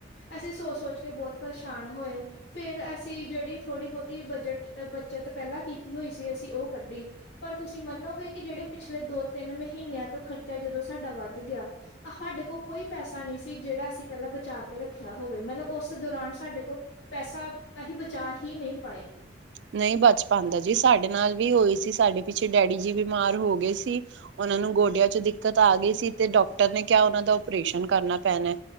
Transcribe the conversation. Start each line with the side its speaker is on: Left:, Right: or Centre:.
Left: ਅਸੀਂ ਸੋਚ ਸੋਚ ਕੇ ਬਹੁਤ ਪਰੇਸ਼ਾਨ ਹੋਏ। ਫੇਰ ਅਸੀਂ ਜਿਹੜੀ ਥੋੜ੍ਹੀ ਬਹੁਤੀ ਬਜਟ ਬੱਚਤ ਪਹਿਲਾਂ ਕੀਤੀ ਹੋਈ ਸੀ ਅਸੀਂ ਉਹ ਕੱਢੀ। ਪਰ ਤੁਸੀਂ ਮੰਨੋਗੇ ਕਿ ਜਿਹੜੇ ਪਿਛਲੇ ਦੋ ਤਿੰਨ ਮਹੀਨਿਆਂ ਤੋਂ ਖਰਚਾ ਜਦੋਂ ਸਾਡਾ ਵੱਧ ਗਿਆ! ਸਾਡੇ ਕੋਲ ਕੋਈ ਪੈਸਾ ਨਹੀਂ ਸੀ ਜਿਹੜਾ ਅਸੀਂ ਪਹਿਲਾਂ ਬਚਾ ਕੇ ਰੱਖਿਆ ਹੋਵੇ ਮਤਲਬ ਉਸ ਦੌਰਾਨ ਸਾਡੇ ਕੋਲ ਪੈਸਾ ਅਸੀਂ ਬਚਾ ਹੀ ਨਹੀਂ ਪਾਏ।
Right: ਨਹੀਂ ਬਚ ਪਾਉਂਦਾ ਜੀ ਸਾਡੇ ਨਾਲ ਵੀ ਹੋਏ ਸੀ ਸਾਡੇ ਪਿੱਛੇ ਡੈਡੀ ਜੀ ਬਿਮਾਰ ਹੋ ਗਏ ਸੀ। ਉਹ ਨੂੰ ਗੋਡਿਆਂ ਚ ਦਿੱਕਤ ਆ ਗਈ ਸੀ ਤੇ ਡਾਕਟਰ ਨੇ ਕਿਹਾ ਉਹਨਾਂ ਦਾ ਓਪਰੇਸ਼ਨ ਕਰਨਾ ਪੈਣਾ।